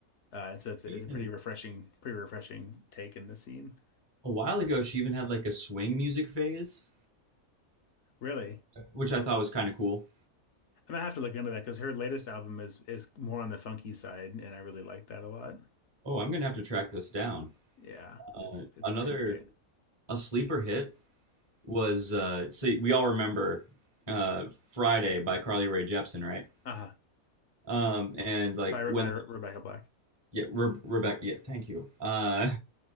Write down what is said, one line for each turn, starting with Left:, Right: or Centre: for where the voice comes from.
Left: Uh, and so it's, it's
Right: Even
Left: a pretty refreshing, pretty refreshing take in the scene.
Right: a while ago, she even had like a swing music phase,
Left: Really,
Right: which I thought was kind of cool.
Left: I'm gonna have to look into that because her latest album is is more on the funky side, and I really like that a lot.
Right: Oh, I'm gonna have to track this down.
Left: Yeah,
Right: Uh,
Left: it's it's
Right: another
Left: pretty great.
Right: a sleeper hit was uh, so we all remember uh, Friday by Carly Rae Jepsen, right?
Left: Uh-huh.
Right: Um, and like
Left: By Re-
Right: when
Left: by Re- Rebecca Black.
Right: Yeah, Re- Rebecca. Yeah, thank you. Uh,